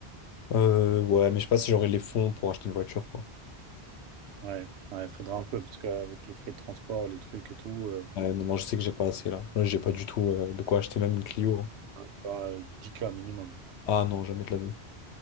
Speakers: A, on the left; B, on the right.
A: Euh, ouais, mais je sais pas si j'aurai les fonds pour acheter une voiture, quoi.
B: Ouais, ouais, faudra un peu, parce qu'avec les frais de transport, les trucs et tout, euh,
A: Euh, non, non, je sais que j'ai pas assez, là. Là, j'ai pas du tout euh, de quoi acheter même une Clio. hein.
B: tu vois, euh, 10K minimum.
A: Ah non, jamais de la vie.